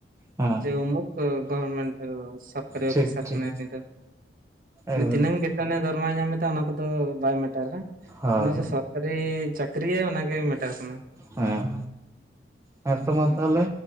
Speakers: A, on the right; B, on the right.
A: ᱦᱮᱸ
B: ᱡᱮ ᱩᱢᱩᱠ ᱜᱚᱢᱮᱱᱴ ᱥᱚᱨᱠᱟᱨᱤ
A: ᱴᱷᱤᱠ
B: ᱚᱯᱷᱤᱥᱟᱨ
A: ᱴᱷᱤᱠ
B: ᱠᱟᱱᱟᱭ ᱩᱱᱤ ᱫᱚ
A: ᱮᱠᱵᱟᱨᱮ
B: ᱛᱤᱱᱟᱹᱝ ᱵᱮᱛᱚᱱᱮ ᱫᱚᱨᱢᱟᱭ ᱧᱟᱢ ᱮᱟ ᱚᱱᱟ ᱠᱚᱫᱚ ᱵᱟᱭ ᱢᱮᱴᱟᱨᱟ
A: ᱦᱳᱭ
B: ᱩᱱᱤ ᱡᱮ ᱥᱨ ᱠᱷᱟᱹᱨᱤ ᱪᱟᱹᱠᱨᱤᱭᱟᱭ ᱚᱱᱟᱜᱮ ᱢᱮᱴᱟᱨ ᱠᱟᱱᱟ
A: ᱦᱮᱸ ᱦᱮᱸᱛᱚ
B: ᱦᱮᱸ
A: ᱢᱟ ᱛᱟᱦᱚᱞᱮ